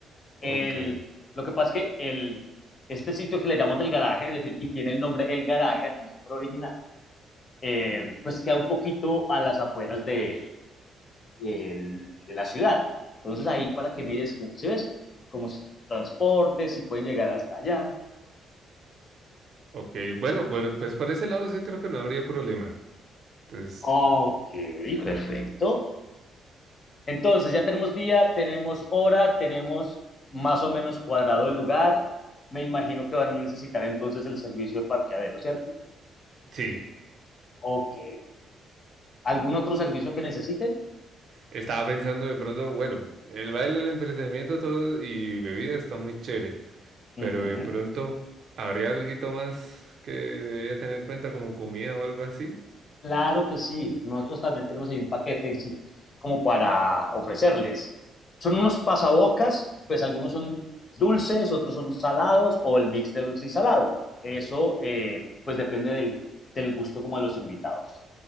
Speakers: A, on the left; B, on the right.
A: El,
B: Ok.
A: lo que pasa es que el, este sitio que le llamamos el garaje, es decir, y tiene el nombre El Garaje, así súper original, eh, pues queda un poquito a las afueras de, el de la ciudad. Entonces ahí para que mires, como- si ves, como si transportes, si pueden llegar hasta allá.
B: Ok, bueno, por- pues por ese lado sí creo que no habría problema. Entonces,
A: Ok, Perfecto. perfecto. Entonces ya tenemos día, tenemos hora, tenemos más o menos cuadrado el lugar. Me imagino que van a necesitar entonces el servicio de parqueadero, ¿cierto?
B: sí,
A: Ok, ¿Algún otro servicio que necesiten?
B: estaba pensando de pronto, bueno, el baile, el entretenimiento, todo y bebida está muy chévere,
A: Ujú.
B: pero de pronto habría algo más que debería tener en cuenta como comida o algo así.
A: Claro que sí. Nosotros también tenemos ahí un paquete sí, como para ofrecerles. Son unos pasabocas, pues algunos son dulces, otros son salados o el mix de dulce y salado. Eso eh, pues depende del, del gusto como de los invitados.